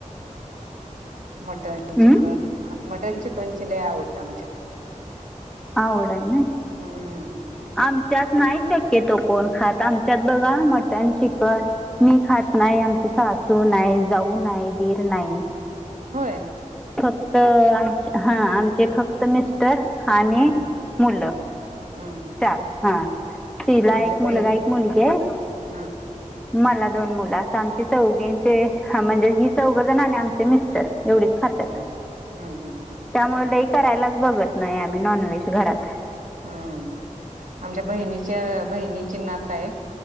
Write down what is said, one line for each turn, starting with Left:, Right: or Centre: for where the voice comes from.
Right: मटण
Centre: हम्म.
Right: चिकन मटण चिकन लय आवडते आमच्यात.
Centre: आवड आहे ना
Right: हम्म
Centre: आम- त नाही शक्य तो कोण खात आमच्यात बघा मटन चिकन मी खात नाही आमच्या- सासू नाही जाऊ नाही दीर नाही.
Right: होय.
Centre: फक्त आम हा आमचे फक्त मिस्टर. आणि
Right: हम्म
Centre: मुलं.
Right: हम्म हम्म
Centre: चार
Right: हम्म.
Centre: हा तिला
Right: आमच्या
Centre: एक मुलगा
Right: बाई
Centre: एक मुलगी आहे.
Right: हा
Centre: मला दोन मुलं अस आमची चौघींचे म्हणजे ही चौघजण आणि आमचे मिस्टर एवढीच खातात
Right: हम् हम् हम् हम
Centre: त्यामुळे लई करायलाच बघत नाही आम्ही नॉनव्हेज घरात
Right: हम्म आमच्या बहिणीच्या बहिणी नात आहे